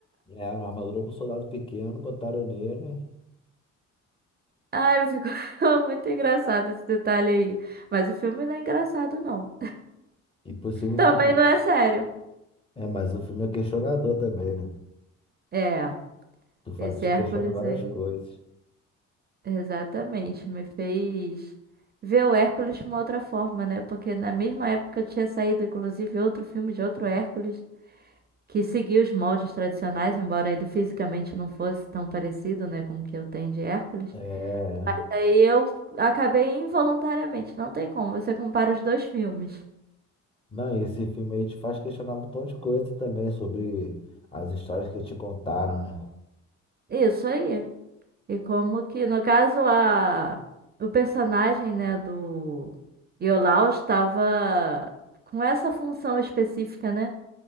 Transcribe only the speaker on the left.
É, uma armadura pro soldado pequeno, botaram nele.
Impossível,
fi-
É, mas o filme é questionador também, né?
Tu
faz, te
questiona várias
coisas.
É.
Não, e esse filme aí te faz questionar um montão de coisa também sobre as histórias que te contaram, né?